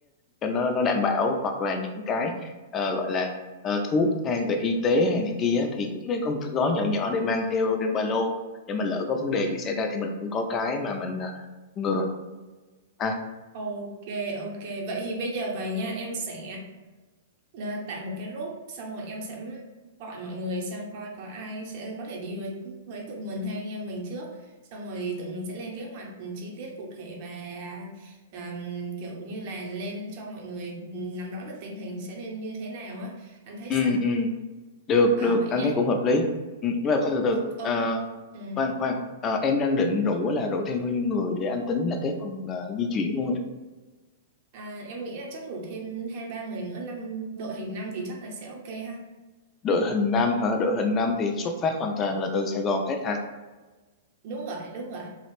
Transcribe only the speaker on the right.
Ok ok. Vậy thì bây giờ vậy nha, em sẽ um, à, tạo một cái group xong rồi em sẽ gọi mọi người xem coi có ai sẽ có thể đi với với tụi mình hay anh em mình trước. Xong rồi tụi mình sẽ lên kế hoạch chi tiết cụ thể và um, kiểu như là lên cho mọi người nắm rõ được tình hình sẽ nên như thế nào á. Anh thấy
sao?
À
vậy
nha.
Ờ, ok.
Ừ.
À, em nghĩ là chắc rủ thêm hai ba người nữa năm đội hình năm thì chắc là sẽ ok ha.
Đúng rồi, đúng rồi.